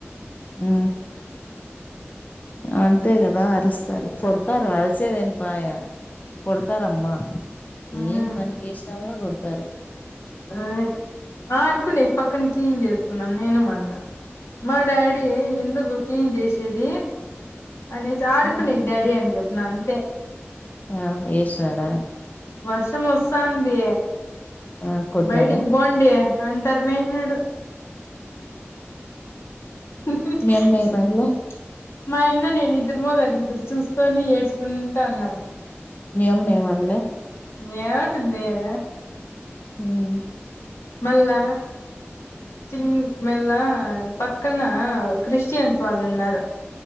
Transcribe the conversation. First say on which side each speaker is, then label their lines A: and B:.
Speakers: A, on the left (about 35°); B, on the left (about 85°).
A: మ్మ్ అంతే కదా అరుస్తారు కొడతారు అస్ రిసేది ఏం పాయ కొడతారమ్మా
B: మ్మ్
A: ఏం పని చేసిన కూడా కోడ్త్ తారు
B: అ ఆ ఆడుకునేకి పక్కన క్లీన్ చేసుకున్నాం నేను మా అన్న మా డాడీ ఏ ఎందుకు క్లీన్ చేసేది అనేసి ఆడుకునేకు
A: ఉమ్.
B: డాడీ అని చెప్ ప్పిన అంతే
A: ఆ వేసాడా
B: వర్షం వస్తాంది
A: ఆ కొట్టినాడా
B: బయటీ కి పోండి అంతర్ మే నాడు <inaudible>
A: మీ అమ్మ ఏమనలే
B: మాయన్న నేను ఇద్దరమూ కలిపి చూసుకొని ఏడ్చుకుంటా ఉన్నాం
A: మాయమ్మ ఎం ఆన్ల్య
B: ఏమంటుంది ఇగ
A: మ్మ్
B: మళ్ళా చిన్ మెల్ల పక్కన క్రిస్టియన్స్ వాళ్ళు ఉన్నారు